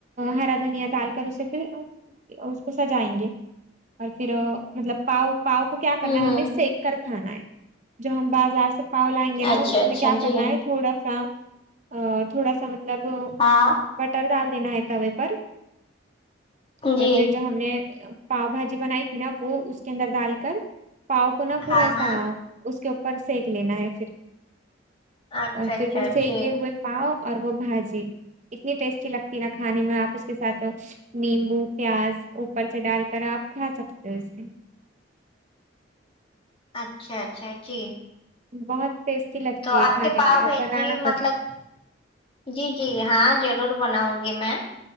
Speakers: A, on the right; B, on the left.
A: ہرا دھنیا ڈال کر اسے پھر اس کو سجائیں گے اور پھر مطلب پاؤ پاؤ کو کیا کرنا
B: ہوں ہوں
A: ہے ہمیں سک کر کھانا ہے جو ہم بازار سے پاؤ لئیں گے نا
B: اچھا
A: اس
B: اچھا
A: میں کیا کرنا
B: جی
A: ہے تھوڑا سا تھوڑا سا مطلب
B: ہاں
A: بٹر ڈال دینا ہے توے پر
B: جی
A: اور پھر جو ہم نے پاؤ بھاجی بنائی تھی نا وہ اس کے اندر ڈال کر پاؤ کو نا پورا
B: ہاں
A: سا
B: ہاں
A: اس کے اوپر سک لینا ہے پھر
B: اچھا
A: اور
B: اچھا
A: پھر وہ سکے
B: جی
A: ہوئے پاؤ اور وہ بھاجی اتنی ٹیسٹی لگتی نا کھانے میں آپ اس کے ساتھ نیمبو پیاز اوپر سے ڈال کر آپ کھا سکتے ہو اس میں
B: اچھا اچھا جی
A: بہت ٹیسٹی لگتی
B: تو
A: ہے
B: آپ
A: کھانے
B: کے پاؤ
A: میں اب
B: بھیجی
A: بنانا کبھی
B: مطلب جی جی ہاں ضرور بناؤں گی میں